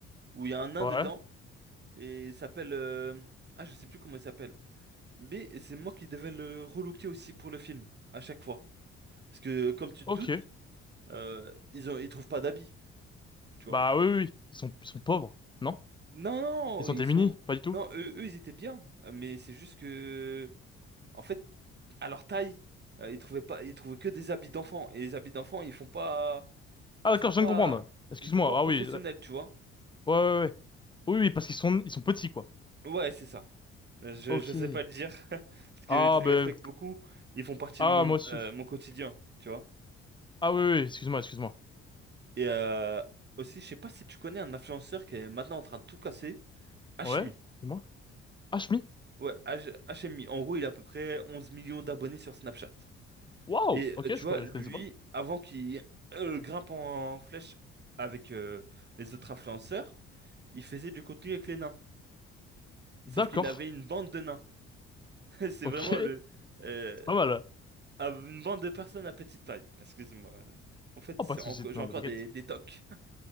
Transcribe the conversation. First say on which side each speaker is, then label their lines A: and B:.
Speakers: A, on the right; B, on the left.
A: où il y a un nain
B: Ouais.
A: dedans, et il s'appelle... euh, Ah, je sais plus comment il s'appelle. Mais c'est moi qui devais le relooker aussi pour le film, à chaque fois. Parce que, comme tu te
B: Ok.
A: doutes, euh, ils ont... ils trouvent pas d'habits, tu
B: Bah
A: vois.
B: oui, oui. oui. Ils sont, ils sont pauvres, non?
A: Non,
B: Ils
A: non,
B: sont
A: ils
B: démunis,
A: sont...
B: pas du tout.
A: Non, eux, eux, ils étaient bien, mais c'est juste que... En fait, à leur taille, euh, ils trouvaient pas, ils trouvaient que des habits d'enfants. Et les habits d'enfants, ils font pas,
B: Ah
A: ils
B: d'accord,
A: font pas,
B: je viens de comprendre. Excuse-moi.
A: ils font pas professionnels,
B: Ah oui. Ouais,
A: tu vois.
B: ouais, ouais. ouais. Oui, oui, parce qu'ils sont, ils sont petits, quoi.
A: Ouais, c'est ça. Euh, Je,
B: Ok.
A: je sais pas le dire, <laughs> parce que
B: Ah
A: je les
B: ben,
A: respecte beaucoup. Ils font partie
B: ah
A: de mon,
B: moi aussi.
A: euh, mon quotidien, tu vois.
B: Ah oui, oui. Excuse-moi, excuse-moi.
A: Et euh, aussi, je sais pas si tu connais un influenceur qui est maintenant en train de tout casser, Hashmi.
B: Ouais. C'est moi. Ah, Shmi.
A: Ouais, H- HMI. En gros, il a à peu près 11 millions d'abonnés sur Snapchat.
B: Waouh.
A: Et
B: Ok,
A: euh,
B: je,
A: tu
B: je
A: vois, lui,
B: connaissais pas.
A: avant qu'il euh, grimpe en flèche avec euh, les autres influenceurs, il faisait du contenu avec les nains. Sauf
B: D'accord.
A: qu'il avait une bande de nains. <laughs> C'est
B: Ok.
A: vraiment
B: <laughs> C'est
A: le euh,
B: pas mal.
A: une bande de personnes à petite taille. Excuse-moi. En fait,
B: Oh,
A: c'est
B: pas de
A: enco-
B: soucis.
A: j'ai
B: Non,
A: encore
B: mais t'inquiète.
A: des, des tocs.